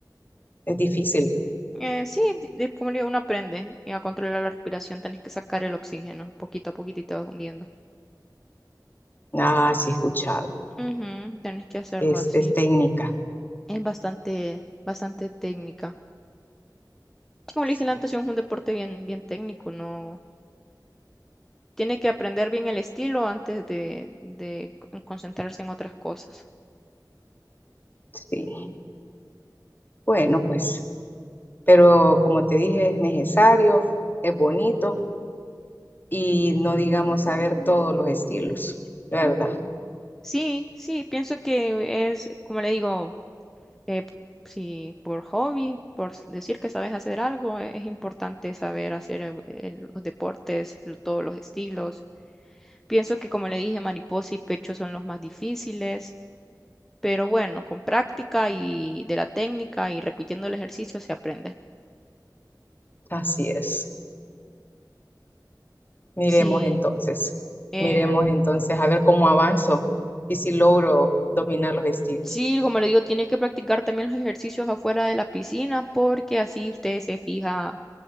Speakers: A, on the left (about 25°); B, in the centre.
A: Es difícil.
B: Eh, sí, di- di- como le digo, uno aprende y a controlar la respiración tenés que sacar el oxígeno poquito a poquito y te vas hundiendo.
A: Ah, sí, he escuchado.
B: Ujú, tenés que hacerlo
A: es,
B: así.
A: es técnica.
B: es bastante, bastante técnica. Sí, Como
A: Sí,
B: le dije, la natación es un deporte bien, bien técnico, no tiene que aprender bien el estilo antes de, de c- concentrarse en otras cosas.
A: sí. Bueno, pues, pero como te dije, es necesario, es bonito y no digamos saber todos los estilos, ¿verdad?
B: Sí, sí, pienso que es, como le digo, eh, si por hobby, por s- decir que sabes hacer algo, e- es, importante saber hacer el- el- los deportes, el- todos los estilos. Pienso que, como le dije, mariposa y pecho son los más difíciles. Pero bueno, con práctica y de la técnica y repitiendo el ejercicio se aprende.
A: Así es. Miremos
B: Sí,
A: entonces,
B: eh,
A: miremos entonces a ver cómo avanzo y si logro dominar los estilos.
B: sí, como le digo, tiene que practicar también los ejercicios afuera de la piscina porque así usted se fija